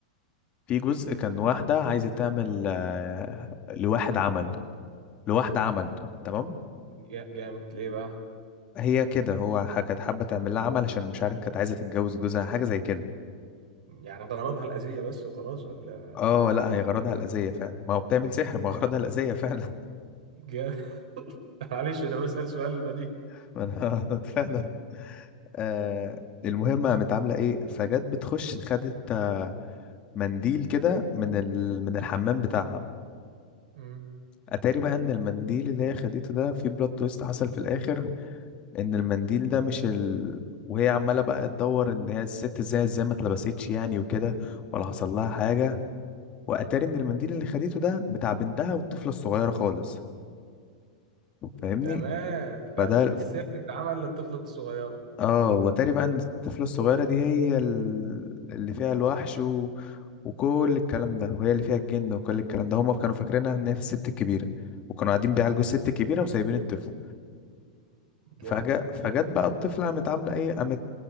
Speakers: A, on the left (about 25°); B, on the right (about 80°).
A: في جزء كان واحدة عايزة تعمل آه، لواحد عمل لواحدة عمل تمام
B: جا- جامد ليه بقى
A: هي كده هو ح- كانت حابة تعمل لها عمل عشان مش عارف كانت عايزة تتجوز جوزها حاجة زي كده
B: يعني غرضها الأذية بس وخلاص ولا
A: اه لا هي غرضها الأذية فعلا ما هو بتعمل سحر ما هو غرضها الأذية فعلا
B: جا- <laughs> معلش أنا بسأل سؤال بديهي
A: <laughs> ما انا فعلا آه المهم قامت عاملة ايه فجت بتخش خدت آه، منديل كده من ال... من الحمام بتاعها
B: مم.
A: اتاري بقى ان المنديل اللي هي خدته ده في بلوت تويست حصل في الاخر ان المنديل ده مش ال... وهي عمالة بقى تدور ان هي الست ازاي ازاي ما اتلبستش يعني وكده ولا حصل لها حاجة واتاري ان المنديل اللي خدته ده بتاع بنتها والطفلة الصغيرة خالص فاهمني
B: تمام فالسحر
A: فده
B: اتعمل للطفلة الصغيرة
A: اه واتاري بقى ان الطفلة الصغيرة دي هي ال- اللي فيها الوحش و... وكل الكلام ده وهي اللي فيها الجن وكل الكلام ده هما كانوا فاكرينها ان هي في الست الكبيرة وكانوا قاعدين بيعالجوا الست الكبيرة وسايبين الطفل
B: جامد
A: فجأة فجت
B: جامد
A: بقى
B: جدا
A: الطفلة قامت عاملة ايه قامت